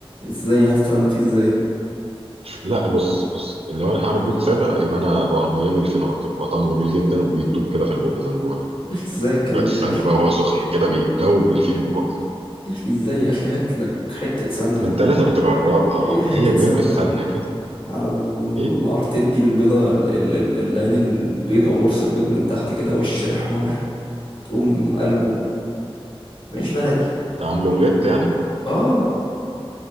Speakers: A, on the left; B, on the right.
A: ازاي هتتفنن فيه ازاي
B: لا بص بص لو انا هعمل بيض ساده يبقى انا بقى ميال للفين اكتر بيبقى طعمه جميل جدا وبيدوب كده في البق زي ما بقول لك
A: يا اخي ازاي الكلام
B: شويه السمنه
A: ده يا اخي
B: بقى وهو سخن كده بيدوب الفينو في بقك
A: يا اخي ازاي يا اخي هات لك حته سمنه
B: انت لازم تجربها
A: ايه حته
B: ما هي بيض
A: سمنه
B: بالسمنه كده
A: على النار
B: ايه
A: تدي البيضه ال- ال- ال- العين البيضه او قرص البيض من تحت كده وش احمر تقوم قلبه عيش بلدي
B: عامل اومليت يعني
A: اه